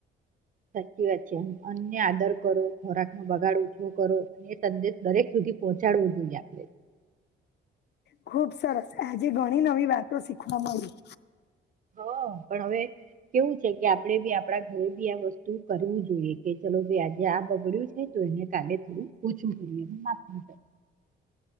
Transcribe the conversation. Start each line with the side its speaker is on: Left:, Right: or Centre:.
Right: સાચી વાત છે અન્નને આદર કરો ખોરાક નો બગાડ ઓછો કરો અને એ સંદેશ દરેક સુધી પહોચાડવું જોઈએ આપણે
Left: ખુબ સરસ આજે ઘણી નવી વાતો શીખવા મળી
Right: હ પણ હવે કેવું છે કે આપણેે બી આપડા ઘરે બી આ વસ્તુ કરવું જોઈએ. કે ચલો ભાઈ આજે આ બગડ્યું છે. તો એને કાલે થોું ઓછું કરીને માપ કરીયે